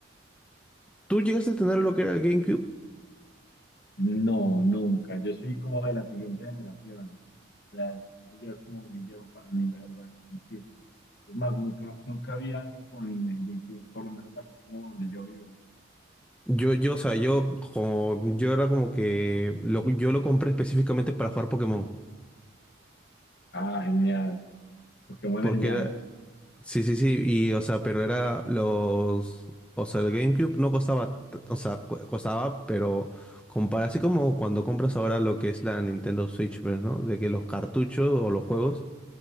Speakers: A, in the centre; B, on the left (about 55°).
A: ¿Tú llegaste a tener lo que era el GameCube?
B: No, nunca. Yo soy como de la siguiente generación. O sea, yo es como muy viejo para mí, la verdad, el GameCube. Es más, nunca, nunca vi a alguien con el GameCube, por lo menos aquí como donde yo vivo.
A: Yo, yo, o sea, yo, como- yo era como que lo- yo lo compré específicamente para jugar Pokémon.
B: Ah, genial. Pokémon
A: Porque
B: es genial.
A: era. Sí, sí, sí. Y, o sea, pero era los. O sea, el GameCube no costaba. t- O sea, cu- costaba, pero. Compara, así como cuando compras ahora lo que es la Nintendo Switch, pues, ¿no? De que los cartuchos o los juegos